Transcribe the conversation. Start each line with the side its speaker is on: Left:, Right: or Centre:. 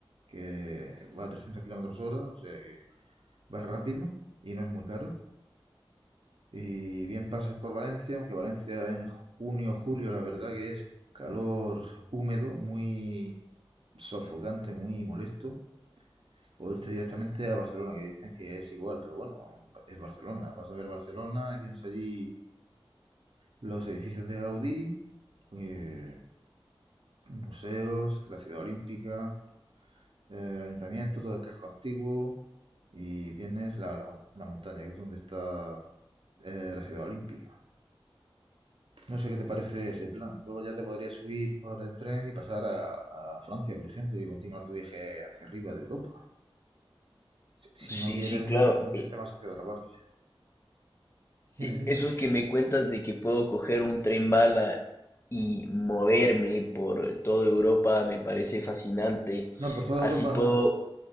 Right: que va a 300 kilómetros hora, o sea que va rápido y no es muy caro. Y bien pases por Valencia, aunque Valencia en junio, julio, la verdad que es calor húmedo, muy sofocante, muy molesto o irte directamente a Barcelona, que dicen que es igual, pero bueno, es Barcelona. Vas a ver Barcelona y tienes allí los edificios de Gaudí, eh, museos, la ciudad olímpica, eh, el ayuntamiento, todo el casco antiguo y tienes la, la, la montaña, que es donde está eh, la ciudad olímpica. No sé qué te parece ese plan. Luego ya te podrías subir por el tren y pasar a, a Francia, por ejemplo, y continuar tu viaje hacia arriba de Europa. Si, si no
Left: Sí,
Right: quieres
Left: sí, claro.
Right: meterte
Left: Eh,
Right: más hacia otra parte.
Left: sí,
Right: Dime, dime.
Left: eso que me cuentas de que puedo coger un tren bala y moverme por toda Europa me parece fascinante.
Right: No, por toda
Left: Así
Right: Europa
Left: puedo
Right: no.